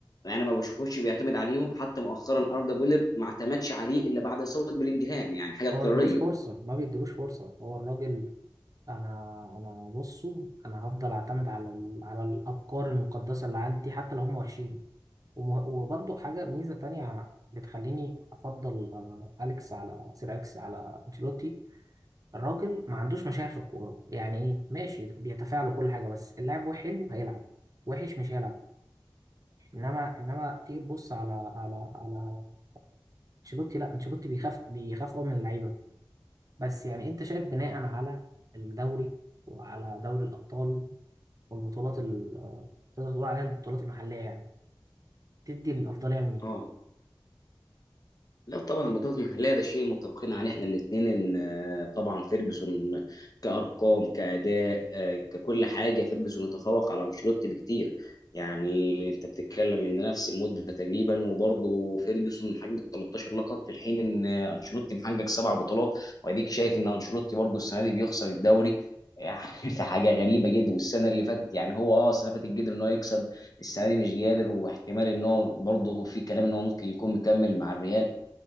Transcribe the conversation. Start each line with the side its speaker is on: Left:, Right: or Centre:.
Left: يعني ما بشوفوش بيعتمد عليهم حتى مؤخرا اردا جولر ما اعتمدش عليه الا بعد اصابه بلينجهام يعني حاجه اضطراريه
Right: هو ما بيدلوش فرصه ما بيدلوش فرصه هو الراجل انا انا بصوا انا هفضل اعتمد على ال... على الافكار المقدسه اللي عندي حتى لو هم وحشين وم- وبرضه حاجه ميزه تانية بتخليني افضل آه، اليكس على سير اليكس على انشيلوتي الراجل ما عندوش مشاعر في الكوره يعني ايه ماشي بيتفاعل وكل حاجه بس اللاعب هو حلو هيلعب وحش مش هيلعب انما انما تيجي تبص على على على انشيلوتي لا انشيلوتي بيخاف بيخاف قوي من اللعيبه بس يعني انت شايف بناء على الدوري وعلى دوري الابطال والبطولات ال- تقدر تقول عليها البطولات المحلية يعني تدي الأفضلية لمين؟
Left: اه لا طبعا البطولات المحليه ده شيء متفقين عليه احنا الاثنين ان آه، طبعا فيرجسون كارقام كاداء آه، ككل حاجه فيرجسون يتفوق على انشيلوتي بكتير يعني انت بتتكلم ان نفس المده تقريبا وبرضه فيرجسون محقق 13 لقب في الحين ان آه، انشيلوتي محقق سبع بطولات واديك شايف ان انشيلوتي برضه السنه دي بيخسر الدوري يعني <laughs> حاجه غريبه جدا والسنه اللي فاتت يعني هو اه السنه اللي فاتت قدر ان هو يكسب السنه دي مش قادر واحتمال ان هو برضه في كلام ان هو ممكن يكون مكمل مع الريال